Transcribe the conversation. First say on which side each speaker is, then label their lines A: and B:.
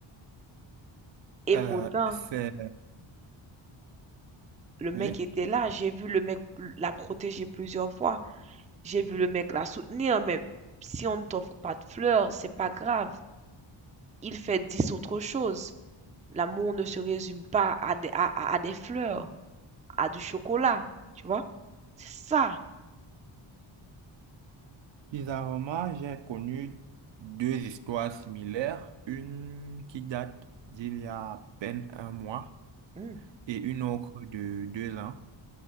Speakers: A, on the right; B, on the right.
A: Et
B: Euh,
A: pourtant,
B: c'est,
A: le mec
B: oui.
A: était là, j'ai vu le mec la protéger plusieurs fois, j'ai vu le mec la soutenir, mais si on ne t'offre pas de fleurs, c'est pas grave. Il fait dix autres choses. L'amour ne se résume pas à des, à à- à des fleurs, à du chocolat, tu vois. C'est ça.
B: Bizarrement, j'ai connu deux histoires similaires. Une qui date d'il y a à peine un mois
A: Mmh.
B: et une autre de deux ans.